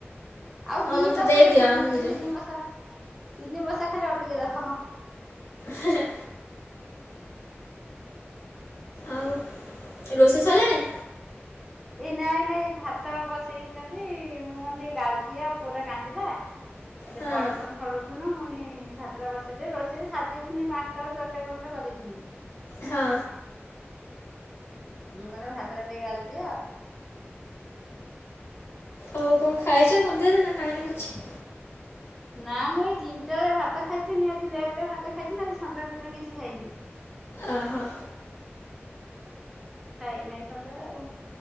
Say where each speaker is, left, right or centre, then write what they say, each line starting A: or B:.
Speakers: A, in the centre; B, on the left (about 65°).
A: ଆଉ
B: ହଁ
A: ଦି
B: ମୋତେ
A: ବର୍ଷ
B: ଦେଇଦିଅ
A: ବେଶୀ ନୁହେଁ
B: ଆମେ
A: ଦି
B: ନେଇଯାଉ
A: ତିନି ବର୍ଷ ତିନି ବର୍ଷ ଖାଲି ଅଟକେ ଦବ।
B: ହେଁ ହେଁ। ଆଉ ରୋଷେଇ ସଇଲାଣି?
A: ଏଇ ନାଇଁ ନାଇଁ ଭାତ ବସେଇଛନ୍ତି ମୁଁ କହିନି ଟିକେ ଗାଲଦିଅ ପୁଅଟା କାନ୍ଦିଲା। ଆଉ ସେ
B: ହଁ
A: ପଡୋସନ୍ ଛଡଉଥିନୁ ମୁଁ କନୀ ଭା ତ ଟା ବସେଇଦିଏ ରୋଷେଇ ସାରିଦେଇଥିନି ପାଞ୍ଚଟାରୁ ତରକାରି ପତ୍ର କରିଦେଇଥିନି।
B: ହଁ।
A: ମୁଁ କହୀନି ଭାତ ଟିକେ ଗାଳି ଦିଅ।
B: ଆଉ କଁ ଖାଇଛ ସନ୍ଧ୍ୟାରେ ନା ଖାଇନ କିଛି?
A: ନା ମୁଁ ଏଇ ତିନିଟାଳେ ଭାତ ଖାଇଥିନି ଆଜି ଲେଟ ରେ ଭାତ ଖାଇଥିନି ଆଜି ସନ୍ଧ୍ୟାଳେ ସେଥି ପାଇଁ କିଛି ଖାଇନି।
B: ଅ ହ।
A: ଖାଇନି ସନ୍ଜଳ ଆଉ।